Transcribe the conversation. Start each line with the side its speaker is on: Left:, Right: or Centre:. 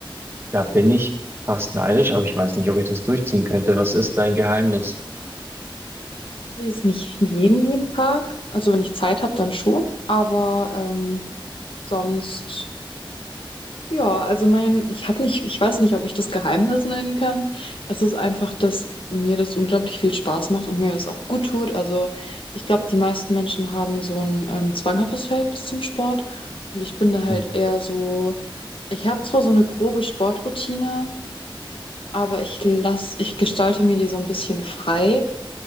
Right: Da bin ich fast neidisch, aber ich weiß nicht, ob ich das durchziehen könnte. Was ist dein Geheimnis?
Left: Also Jetzt nicht jeden, jeden Tag. Also wenn ich Zeit habe, dann schon. Aber ähm, sonst, ja, also mein, ich habe nicht, ich weiß nicht, ob ich das Geheimnis nennen kann. Es ist einfach, dass mir das unglaublich viel Spaß macht und mir das auch gut tut. Also ich glaube, die meisten Menschen haben so ein ähm, zwanghaftes Verhältnis zum Sport. Und ich bin da halt
Right: Hm,
Left: eher so, ich habe zwar so eine grobe Sportroutine, aber ich lass, ich gestalte mir die so ein bisschen frei